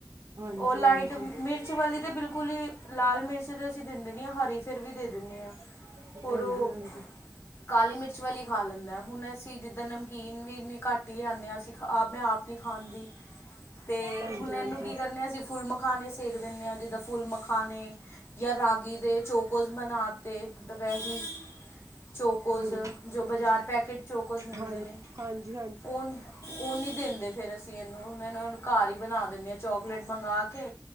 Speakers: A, on the right; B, on the left.
A: ਹਾਂਜੀ
B: ਉਹ ਲਾਈਟ
A: ਹਾਂਜੀ।
B: ਮਿਰਚ
A: ਹਾਂਜੀ ਹਾਂਜੀ।
B: ਵਾਲੀ ਤੇ ਬਿਲਕੁਲ ਹੀ ਲਾਲ ਮਿਰਚ ਤੇ ਅਸੀਂ ਦਿੰਦੇ ਨੀ ਹਰੀ ਫਿਰ ਵੀ ਦੇ ਦਿੰਦੇ ਹਾਂ।
A: ਹਾਂਜੀ
B: ਹੋਰ ਉਹ
A: ਹਾਂਜੀ
B: ਕਾਲੀ ਮਿਰਚ ਵਾਲੀ ਖਾ ਲੈਂਦਾ ਹੁਣ ਅਸੀਂ ਜਿੱਦਾਂ ਨਮਕੀਨ ਵੀ ਇੰਨੀ ਘੱਟ ਹੀ ਲਿਆਉਂਦੇ ਹਾਂ ਅਸੀਂ ਆਪ ਮੈਂ ਆਪ ਖਾਂਦੀ ਤੇ
A: ਹਾਂਜੀ
B: ਹੁਣ
A: ਹਾਂਜੀ।
B: ਇਹਨੂੰ ਕੀ ਕਰਨੇ ਅਸੀਂ ਫੁੱਲ ਖਾਣੇ ਸੇਕ ਦਿੰਦੇ ਹਾਂ ਜਿੱਦਾਂ ਫੁੱਲ ਮਖਾਨਣੇ ਜਾਂ ਰਾਗੀ ਦੇ ਚੌਕੋਸ ਬਣਾ ਤੇ ਦੁਪਹਿਰੇ ਹੀ ਚੌਕੋਸ
A: ਹਾਂਜੀ।
B: ਜੋ ਬਜ਼ਾਰ ਪੈਕੇਟ ਚੋਕੋਸ ਮਿਲਦੇ
A: ਹਾਂਜੀ
B: ਨੇ ਉਨ ਉਹ ਨੀ ਦਿੰਦੇ ਫਿਰ ਅਸੀਂ ਇਹਨੂੰ ਘਰ ਹੀ ਬਣਾ ਦਿੰਦੇ ਹਾਂ ਚੋਕਲੇਟ ਮੰਗ ਕੇ